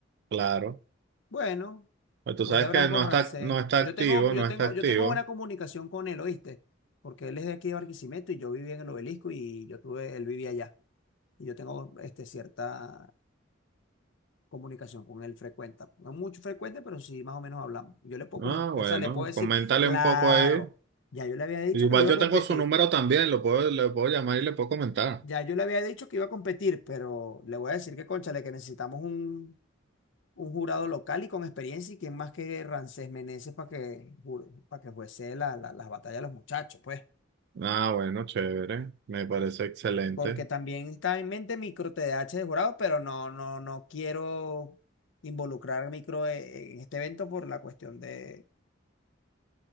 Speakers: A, on the right (about 60°); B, on the left (about 70°).
A: claro.
B: Bueno,
A: Pues tú
B: podía
A: sabes
B: hablar
A: que
B: con
A: no
B: Rancé.
A: está, no está activo,
B: Yo tengo, yo
A: no está
B: tengo,
A: activo.
B: yo tengo buena comunicación con él, ¿oíste? Porque él es de aquí de Barquisimeto y yo vivía en el Obelisco y yo tuve, él vivía allá. y yo tengo este, cierta comunicación con él frecuente. No mucho frecuente, pero sí más o menos hablamos. Yo le puedo
A: Ah,
B: comentar,
A: bueno,
B: o sea, le puedo decir,
A: coméntale
B: claro,
A: un poco ahí.
B: ya yo le había dicho
A: Igual
B: que le iba
A: yo
B: a competir.
A: tengo su número también, lo puedo, le puedo llamar y le puedo comentar.
B: Ya yo le había dicho que iba a competir, pero le voy a decir que, cónchale, que necesitamos un, un jurado local y con experiencia, y quién más que Rancés Meneses para que, para que juece la- la- las batallas de los muchachos, pues.
A: Ah, bueno, chévere. Me parece excelente.
B: porque también está en mente micro T D A H de jurado, pero no, no, no quiero involucrar micro eh, en este evento por la cuestión de,